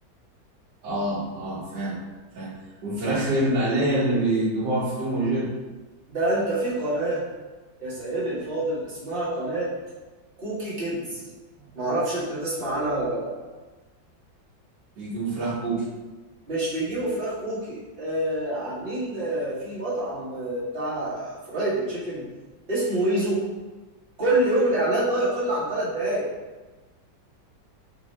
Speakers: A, on the right (about 60°); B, on the right (about 30°).
A: اه اه فاهم فاهم والفراخ المقليه اللي بيجيبوها في توم وجيري
B: ده انت في قناة يا سيدي الفاضل اسمها قناة كوكي كيدز معرفش انت تسمع عنها ولا لا
A: بيجيبوا فراخ كوكي
B: مش بيجيبوا فراخ كوكي آه عاملين آه في مطعم آه بتاع فرايد تشيكن اسمه ويزو كل يوم الإعلان لا يقل عن ثلاث دقايق